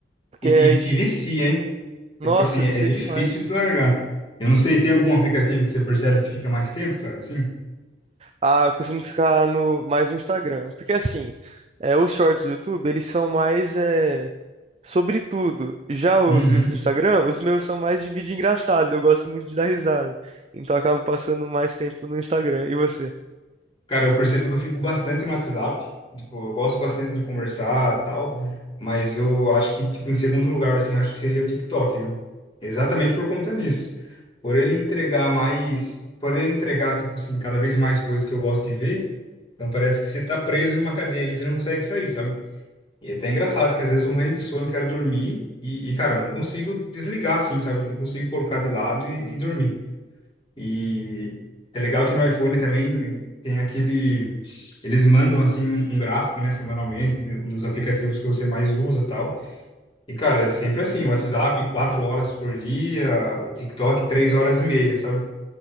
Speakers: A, on the right; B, on the left.
A: porque
B: E, e,
A: a gente,
B: e vicia, hein?
A: nossa,
B: Tipo assim, é
A: vicia
B: difícil
A: demais.
B: de largar. Eu não sei, tem algum aplicativo que você percebe que fica mais tempo, cara, assim?
A: Ah, eu costumo ficar no, mais no Instagram, porque assim, é, os shorts do YouTube, eles são mais... é, Sobretudo, já os
B: Uhum.
A: reels do Instagram, os meus são mais de vídeo engraçado, eu gosto muito de dar risada. Então eu acabo passando mais tempo no Instagram. E você?
B: Cara, eu percebo que eu fico bastante no WhatsApp. Tipo, eu gosto bastante de conversar e tal. Mas eu acho que, tipo, em segundo lugar, assim, eu acho que seria o TikTok, viu? Exatamente por conta disso. Por ele entregar mais. Por ele entregar, tipo assim, cada vez mais coisas que eu gosto de ver. Então parece que você tá preso numa cadeia ali, você não consegue sair, sabe? E é até engraçado que às vezes eu tô morrendo de sono, quero dormir. E, e, cara, eu não consigo desligar, assim, sabe? Não consigo colocar de lado e, e dormir. E é legal que no iPhone também tem aquele eles mandam assim um, um gráfico, né, semanalmente de- dos aplicativos que você mais usa, e tal. E cara, é sempre assim, o WhatsApp quatro horas por dia, o TikTok três horas e meia, sabe?